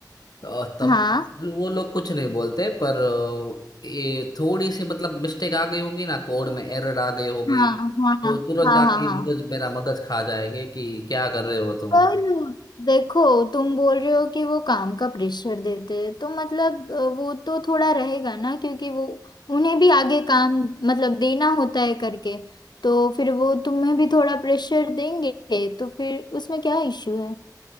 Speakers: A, on the left (about 65°); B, on the left (about 80°).
A: और तब
B: हाँ
A: वो लोग कुछ नहीं बोलते पर अ, ये थोड़ी सी मतलब मिस्टेक आ गई होगी ना कोड में एरर आ गई होगी
B: हाँ हाँ
A: तो
B: हाँ
A: तुरंत
B: हाँ
A: आके
B: हाँ हाँ।
A: मगज मेरा मगज खा जाएंगे कि क्या कर रहे हो तुम
B: पर देखो तुम बोल रहे हो कि वो काम का प्रेशर देते हैं तो मतलब अ, वो तो थोड़ा रहेगा ना क्योंकि वो उन्हें भी आगे काम मतलब देना होता है करके तो फिर वो तुम्हें भी थोड़ा प्रेशर देंगे तो फिर उसमें क्या इश्यू है